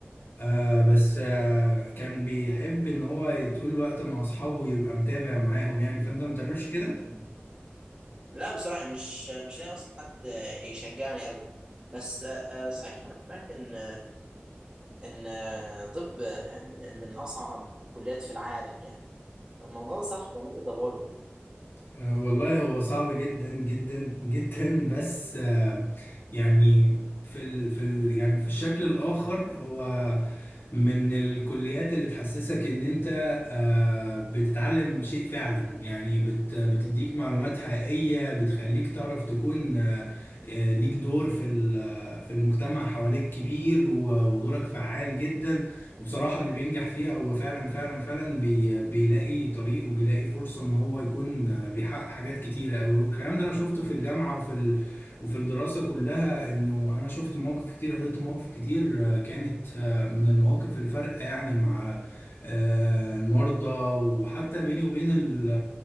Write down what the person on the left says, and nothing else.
آه، بس آه، كان بيحب إن هو طول الوقت مع أصحابه يبقى متابع معاهم يعني فأنت ما بتعملش كده؟
آه، والله هو صعب جدا جدا جدا بس آه، يعني في ال في ال يعني في الشكل الآخر هو من الكليات اللي تحسسك ان انت آه، بتتعلم شيء فعلا يعني بت بتديك
معلومات حقيقية بتخليك تعرف تكون آه، آه، ليك دور في ال- في المجتمع حواليك كبير و- ودورك فعال جدا وبصراحة اللي بينجح فيها هو فعلا فعلا فعلا بي بيلاقي طريق وبيلاقي فرصة ان هو يكون بيحقق حاجات كتيرة أوي والكلام ده انا شفته في الجامعة وفي ال وفي الدراسة كلها انه انا شفت مواقف كتير حضرت مواقف كتير آه، كانت آه، من المواقف الفارقة يعني مع آه، المرضى وحتى بيني وبين ال